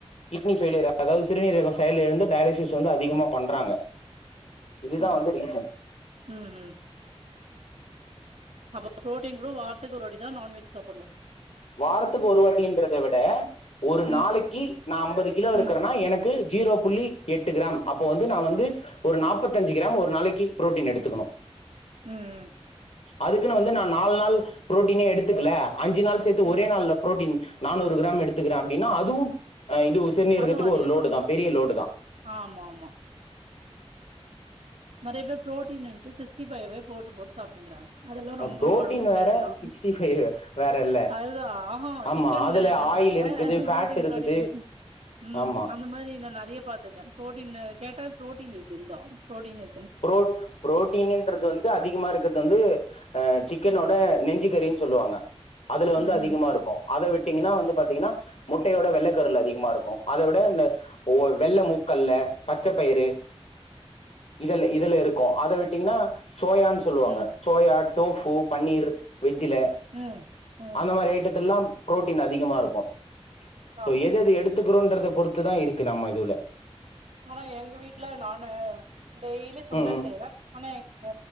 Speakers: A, on the left (about 80°); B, on the right (about 85°).
A: கிட்னி ஃபெய்லியர் அதாவு சிறுநீரகொ செயல் இழந்து டயலிசிஸ் வந்து அதிகமா பண்றாங்க இதுதா
B: ஆமாமா
A: வந்து ரீசன்
B: ம் ம் அபோ ப்ரோட்டின் ரூ வார்த்துக்கு ஒரு வாட்டி தா நான்வெஜ் சாப்புட்ணு
A: வாரத்துக்கு ஒரு வாட்டின்றத விட ஒரு நாளைக்கி
B: ம்.
A: நா அம்பது கிலோ இருக்கறனா
B: ம்.
A: எனக்கு ஜீரோ புள்ளி எட்டு கிராம் அப் பொவந்து நா வந்து ஒரு நாப்பத்தஞ்சு கிராம் ஒரு நாளைக்கு ப்ரோட்டீன் எடுத்துக்கணு
B: உம் உம்
A: அதுக்குனு வந்து நா நால் நாள் ப்ரோட்டீனே எடுத்துக்கல அஞ்சு நாள் சேத்து
B: ம்.
A: ஒரே நாள்ல ப்ரோட்டீன் நானூறு கிராம் எடுத்துக்றே அப்டின்னா அதுவு அஹ் இது உ சிறுநீர்கத்துக்கு
B: அதுவும் அதிகம்தான்.
A: ஒரு லோடு தா பெரிய லோடு தா
B: ஆமா ஆமா. நெறைய பேர் ப்ரோட்டீனுன்டு சிஸ்டி பையவே போட்டு போட்டு சாப்ட்ணுருக்காங்க அதெல்லா ரொம்ப
A: புரோட்டீன்
B: ஒடம்புக் கேடுல்
A: வேற
B: தா
A: சிக்ஸ்டி ஃபைவ் வேற இல்ல
B: அதுதா ஆஹோ
A: ஆமா
B: சிக்கன்
A: அதுல
B: இருக்கநாள
A: ஆயில் இருக்குது ஃபேட்
B: ப்ரோட்டீன்
A: இருக்குது
B: பரோட்டீனு ம்
A: ஆமா
B: அந்த மாரி நா நெறைய பாத்துர்க்கே ப்ரோட்டீன் கேட்டா ப்ரோட்டீன் இருக்கு இந்தா ப்ரோட்டீனிர்
A: ப்ரோட் ப்ரோட்டீனுன்றது வந்து அதிகமா இருக்கற்து து வந்து சிக் க்கனோட நெஞ்சிக்கறின் சொல்லுவாங்க அதுல வந்து
B: ம்
A: அதிகமாருக்கு அத விட்டிங்கனா வந்து பாத்திங்கனா முட்டையோட வெள்ளக்கருல அதிகமாருக் கு அத விட இந்த ஓ வெள்ள மு கல்ல பச்ச பயிறு இதல இதுல இருக்கு அத விட்டிங்னா சோயான் சொல்லுவாங்க
B: ம்
A: சோயாட் டோஃபு பன்னிர் வெஜ்ஜுல
B: ம் ம்
A: அந்த மாரி
B: ம்
A: ஐட்டத்துல்லாம் பு்ரோட்டீன் அதிகமா இருக்கு சோ
B: ஆமா
A: எத எத எடுத்துக்கிறோன்றத பொறுத்து த்துதா இருக்கு நம்ம இதுவுல
B: ஆனா எங்க வீட்டுல நானு டெய்லி சுண்டல்
A: ம் ம்
B: செய்யரே ஆனா எங்க